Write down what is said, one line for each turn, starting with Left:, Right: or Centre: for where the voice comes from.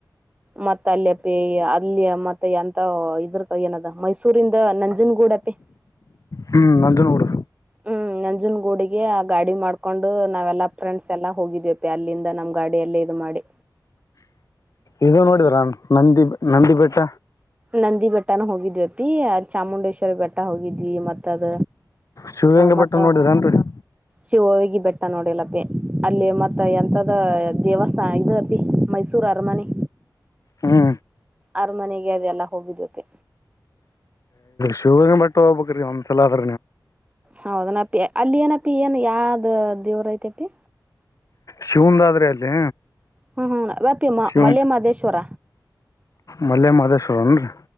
Right: ಮತ್ತ ಅಲ್ಲಿ ಪಿ ಅಲ್ಲಿಯ ಮತ್ತೆ ಎಂತ ಇದ್ರ ಏನದ ಮೈಸೂರಿಂದ ನಂಜನ್ಗೂ ಗೂಡಪಿ <inaudible>
Left: ಹ್ಮ್ ನಂದು ನೋಡು
Right: ಹ್ಮ್ ನಂಜುನ್ ಗೂಡಿಗೆ ಆ ಗಾಡಿ ಮಾಡ್ಕೊಂಡು ನಾವೆಲ್ಲಾ ಫ್ರೆಂಡ್ಸ್ ಎಲ್ಲಾ ಹೋಗಿದೀವಪ್ಪ ಅಲ್ಲಿಂದ ನಮ್ ಗಾಡಿ ಎಲ್ಲ ಇದು ಮಾಡಿ
Left: ಇದು ನೋಡಿದರಾ ನಂದಿ ನಂದಿ ಬಬೆಟ್ಟ
Right: ನಂದಿ ಬೆಟ್ಟನ ಹೋಗಿದ್ವಿ ಅಪ್ಪಿ ಅ ಚಾಮುಂಡೇಶ್ವರಿ ಬೆಟ್ಟ ಹೋಗಿದ್ವಿ ಮತ್ತ ಅದ
Left: ಶಿವಗಂಗಾ
Right: ಮತ್ತ
Left: ಬೆಟ್ಟ ನೋಡಿದ್ರನ್ರಿ
Right: ಶಿವಗಿ ಬೆಟ್ಟ ನೋಡಿಲಪಿ ಅಲ್ಲಿ ಮತ್ತ ಎಂತದ ದೇವಸ್ಥಾನ ಅಪಿ ಮೈಸೂರು ಮೈ ಅರಮನೆ
Left: ಹ್ಮ
Right: ಅರಮನೆಗೆ ಅದೆಲ್ಲ ಹೋಗಿದ್ದಕ್ಕೆ
Left: ಶೂ ಪಟ್ಟಬ ಮನಸ್ಸಲಾದ
Right: ಹೌದನಪ್ಪಿ ಅಲ್ಲಿ ಏನಪಿ ಏನ್ ಯಾವ್ದ ದೇವ್ರ ಐತೆಪಿ
Left: ಶಿವಂದಾದ್ರೆ ಅಲ್ಲಿ
Right: ಹ್ಮ್ ಹ್ಮ ವ್ಯಾಪಿ ಮ
Left: ಶಿವಂ
Right: ಮಲೆ ಮಹದೇಶ್ವರ
Left: ಮಲ್ಲೆ ಮಾಹದೇಶ್ವರನ್ರರಿ